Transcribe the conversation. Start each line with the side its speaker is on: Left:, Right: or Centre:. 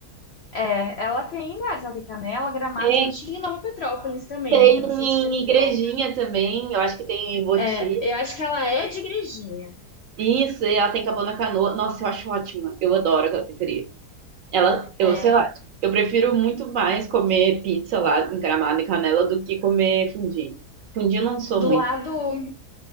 Left: É, ela tem várias, ela tem Canela, Gramado,
Right: Tem,
Left: tinha Nova Petrópolis também,
Right: tem
Left: eu
Right: em
Left: não sei se
Right: Igrejinha
Left: fechou.
Right: também, eu acho que tem em Boti,
Left: É, eu acho que ela é de Igrejinha,
Right: Isso, e ela tem Capão na Canoa. Nossa, eu acho ótima. Eu adoro aquela pizzaria. Ela, eu
Left: é,
Right: sei lá, eu prefiro muito mais comer pizza lá encaramada e canela do que comer fundi. Fundi eu não sou
Left: do
Right: muito.
Left: lado